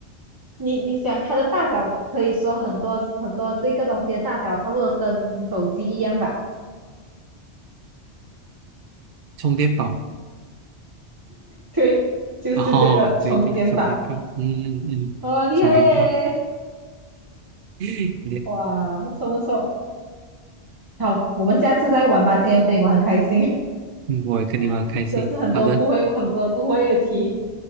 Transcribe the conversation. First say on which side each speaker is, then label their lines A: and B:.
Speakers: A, on the right; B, on the right.
A: 你你想它的大小，可以说很多很多这个东西的大小差不多跟手机一样吧？
B: 充电宝。
A: 对，就是这个充电宝，
B: 哦，对对，充电宝。嗯嗯嗯，
A: 哇、厉害耶！
B: 充电宝。你
A: 哇，不错不错，好，我们下次再玩吧。今天我跟你玩很开心，
B: 嗯，我也跟你玩很开心。
A: <laughs> 都是很多不会很多不会的题。
B: 好的，